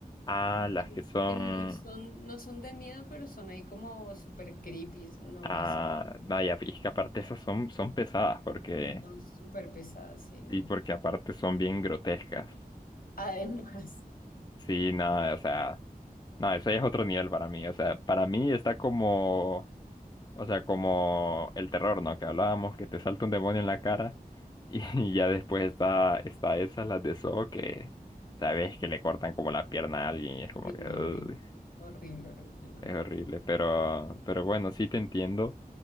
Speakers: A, on the left; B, on the left.
A: Ah, las
B: eh,
A: que son...
B: que no son, no son de miedo, pero son ahí como súper creepy. No,
A: Ah,
B: eso
A: vaya, y es que aparte esas son, son pesadas porque...
B: son súper pesadas, sí, no.
A: Y porque aparte son bien grotescas.
B: Además,
A: Sí, no, o sea, no, ese es otro nivel para mí. O sea, para mí está como, o sea, como el terror, ¿no? Que hablábamos, que te salta un demonio en la cara y, <laughs> ya después está, está esa, las de Saw, que sabes que le cortan como la pierna a alguien
B: <laughs>
A: y es como
B: sí,
A: que...
B: no, horrible,
A: "Uy".
B: horrible, horrible, no.
A: Es horrible, pero, pero bueno, sí te entiendo.